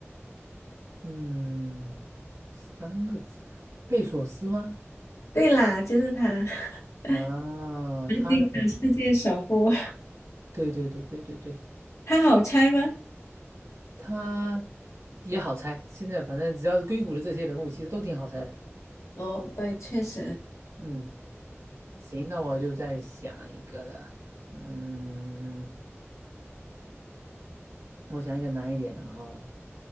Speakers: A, on the right; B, on the left.
A: 嗯，三个字，贝索斯吗？
B: 对啦，就是他，<laughs>
A: 啊，
B: 南京的世界首富，
A: 他的对对对对对对，
B: <laughs> 他好猜吗？
A: 他也好猜。现在反正只要是硅谷的这些人物，其实都挺好猜的。
B: 哦，对，确实
A: 嗯，行，那我就再想一个了。嗯，我想一个难一点的哈，